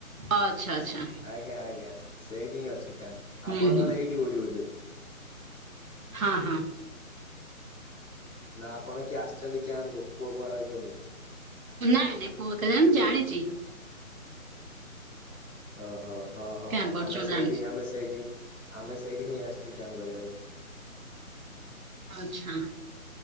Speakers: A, on the right (about 70°); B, in the centre.
A: ଆଚ୍ଛା-ଆଚ୍ଛା।
B: ଆଜ୍ଞା-ଆଜ୍ଞା ସେଇଠି ହିଁ ଅଛି କ୍ୟାମ୍ପ,
A: ହୁଁ
B: ଆପଣଙ୍କର
A: ହୁଁ।
B: ଏଇଠି କୋଉଠି ବୋଧେ?
A: ହଁ- ହଁ।
B: ନା ଆପଣ କିଏ ଆସିଛନ୍ତି କ୍ୟାମ୍ପକୁ, ପୁଅ ଫୁଅ ଆଇଛନ୍ତି?
A: ନାଇଁ-ନାଇଁ ପୁଅ <unintelligible> ମୁଁ ଜାଣିଛି।
B: ଓହୋଃ, ହଁ-ହଁ
A: କ୍ୟାମ୍ପ ପଡିଛି
B: ଆମେ
A: ବୋଲି
B: ସେଇଠି-ଆମେ
A: ଜାଣିଛି।
B: ସେଇଠି-ଆମେ ସେଇଠି ହିଁ ଆସିଛୁ କ୍ୟାମ୍ପ କରିବାକୁ।
A: ଆଚ୍ଛା।